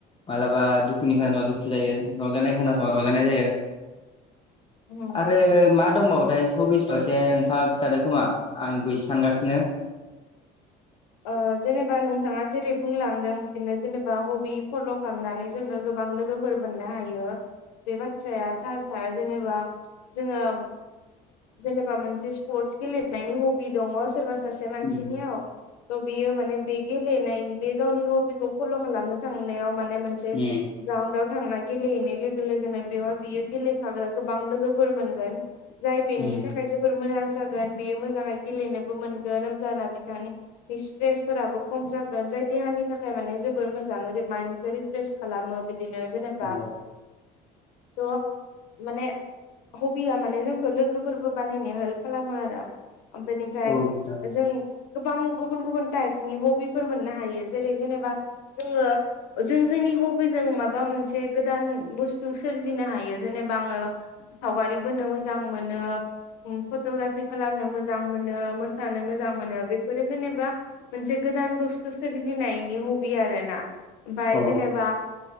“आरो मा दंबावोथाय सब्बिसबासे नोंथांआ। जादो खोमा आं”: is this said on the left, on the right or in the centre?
Left